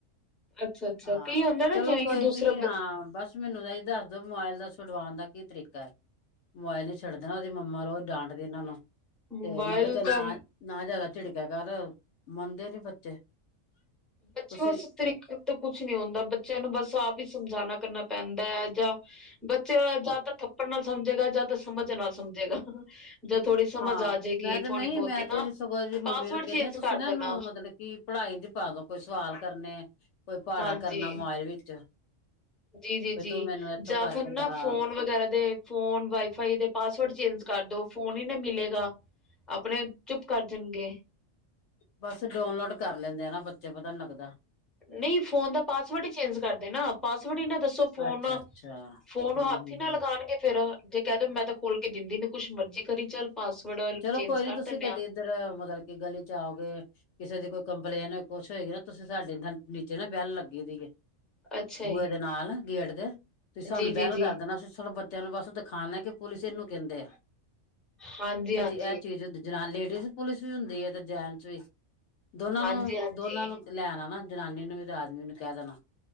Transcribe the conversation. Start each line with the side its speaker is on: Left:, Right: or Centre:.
Centre: ਅੱਛਾ ਅੱਛਾ
Left: ਹਾਂ,
Centre: ਕਈ ਹੁੰਦਾ ਨਾ
Left: ਚਲੋ
Centre: ਜਿਵੇਂ
Left: ਕੋਈ
Centre: ਕਿ ਦੂਸਰਾ
Left: ਨੀ ਹਾਂ ਬਸ ਮੈਨੂੰ ਨ ਅਹੀ ਦੱਸ ਦੋ ਮੋਬਾਇਲ ਦਾ ਤੁੜਵਾਣ ਦਾ ਕੀ ਤਰੀਕਾ ਏ ਮੋਬਾਇਲ ਨੀ ਛੱਡਦੇ ਨਾ ਓਦੀ ਮੰਮਾ ਰੋਜ਼ ਡਾਂਟਦੀ ਏਨਾਂ ਨੂੰ
Centre: ਮੋਬਾਇਲ
Left: ਤੇ ਮੈਂ ਕਿਆ ਚਲ
Centre: ਤਾਂ
Left: ਨਾਲ ਨਾ ਜੈਦਾ ਝਿੜਕਿਆ ਕਾਰ ਮੰਨਦੇ ਨੀ ਬੱਚੇ।
Centre: ਬੱਚੇ
Left: ਤੁਸੀਂ
Centre: ਓਸ ਤਰੀਕੇ ਤੇ ਕੁਛ ਨੀ ਹੋਦਾ ਬੱਚਿਆਂ ਨੂੰ ਬਸ ਆਪ ਹੀ ਸਮਝਾਣਾ ਨਾ ਪੈਂਦੈ। ਅਜਾਂ ਬੱਚਾ ਜਾਂ ਤਾਂ ਥੱਪੜ ਨਾਲ ਸਮਝੇਗਾ, ਜਾਂ ਤਾਂ ਸਮਝ ਨਾਲ ਸਮਝੇਗਾ। ਜਾਂ ਥੋੜ੍ਹੀ ਸਮਝ
Left: ਹਾਂ,
Centre: ਆ ਜਾਏਗੀ
Left: ਮੈਂ ਤੇ ਨਹੀਂ
Centre: ਥੋੜ੍ਹੀ ਬਹੁਤੀ
Left: ਮੈਂ
Centre: ਨਾ
Left: ਤੇ ਏਦੀ ਸਗੋਂ ਏਦੀ
Centre: ਪਾਸਵਰਡ
Left: ਮੰਮੀ ਨੂੰ
Centre: ਚੇਂਜ
Left: ਕੈੰਣੀ ਆਂ ਤੁਸੀਂ
Centre: ਕਰ
Left: ਨਾ
Centre: ਦੇਣਾ
Left: ਐਨੂੰ ਮਤਲਬ ਕਿ ਪੜ੍ਹਾਈ ਦੀ ਪਾ ਦੋ। ਕੋਈ ਸਵਾਲ ਕਰਨੇ। ਕੋਈ ਭਾੜਾ
Centre: ਹਾਂਜੀ
Left: ਕਰਨਾ ਮੋਆਈਲ ਵਿੱਚ।
Centre: ਜੀ ਜੀ
Left: ਵੀ
Centre: ਜੀ,
Left: ਤੂੰ ਮੈਨੂੰ ਇੱਥੋਂ
Centre: ਜਾਂ
Left: ਕਰਕੇ
Centre: ਫਿਰ ਨਾ
Left: ਦਿਖਾ
Centre: ਫੋਨ ਵਗੈਰਾ ਦੇ, ਫੋਨ ਵਾਈਫਾਈ ਦੇ ਪਾਸਵਰਡ ਚੇਂਜ ਕਰਦੋ। ਫੋਨ ਹੀ ਨਾ ਮਿਲੇਗਾ ਆਪਣੇ ਚੁੱਪ ਕਰ ਜਾਣਗੇ।
Left: ਬਸ ਡੌਨਲੋਡ ਕਰ ਲੈਂਦੇ ਆ ਨਾ ਬੱਚ ਬੱਚੇ ਪਤਾ ਨੀ ਲੱਗਦਾ।
Centre: ਨਹੀਂ ਫੋਨ ਦਾ ਪਾਸਵਰਡ ਹੀ ਚੇਂਜ ਕਰਦੇ ਨਾ, ਪਾਸਵਰਡ ਹੀ ਨਾ ਦੱਸੋ ਫੋਨ
Left: ਅੱਛਾ ਅੱਛਾ
Centre: ਫੋਨ
Left: ਹੂੰ
Centre: ਨੂੰ ਹੱਥ
Left: ਹੂੰ
Centre: ਹੀ ਨਾ
Left: ਹੂੰ
Centre: ਲਗਾਣਗੇ ਫੇਰ। ਤੇ ਕੈ ਦੇ ਮੈਂ ਤਾਂ ਖੋਲ ਕੇ ਦਿੰਦੀ ਨੀ ਕੁਛ ਮਰਜ਼ੀ ਕਰੀ ਚੱਲ। ਪਾਸਵਰਡ
Left: ਚਲੋ
Centre: ਚੇਂਜ
Left: ਕੋਈ ਨੀ
Centre: ਕਰ
Left: ਤੁਸੀਂ
Centre: ਦਿੰਨੇ
Left: ਕਦੀ
Centre: ਆ
Left: ਇੱਧਰ ਮਤਲਬ ਕੀ ਗਲੀ ਚ ਆਓਗੇ, ਕਿਸੇ ਦੀ ਕੋਈ ਕੰਪ ਪਲੇਨ ਕੁਛ ਹੋਏਗੀ ਨਾ ਤੁਸੀਂ ਸਾਡੇ ਨਾਲ ਨੀਚੇ ਨਾ ਬੈਲ ਲੱਗੀ ਦੀਏ।
Centre: ਅੱਛਾ
Left: ਬੂਹੇ
Centre: ਜੀ
Left: ਦੇ ਨਾਲ। ਗੇਟ ਦੇ ਤੁਸੀਂ ਸਾਨੂੰ
Centre: ਜੀ ਜੀ
Left: ਬੈਲ
Centre: ਜੀ
Left: ਕਰ ਦੇਣਾ ਅਸੀ ਸਲਬੱ ਤ ਐਨੂੰ ਬਸ ਦਿਖਾਣੈ ਕਿ ਪੁਲਿਸ ਇਨੂੰ ਕੈੰਦੇ ਆ।
Centre: ਹਾਂਜੀ ਹਾਂਜ
Left: ਐ ਚੀਜ਼ ਹੁੰਦੀ ਨਾਲ ਲੇਡੀਜ਼ ਪੁਲਿਸ ਵੀ ਹੁੰਦੀ ਏ ਤੇ ਜੈਂਟਸ ਵੀ। ਦੋਨਾਂ
Centre: ਹਾਂਜੀ
Left: ਨੂੰ
Centre: ਹਾਂਜੀ
Left: ਦੋਨਾਂ ਨੂੰ ਲੈ ਆਣਾ ਨਾ। ਜਨਾਨੀ ਨੂੰ ਵੀ ਤੇ ਆਦਮੀ ਨੂੰ ਕੈ ਦੇਣਾ।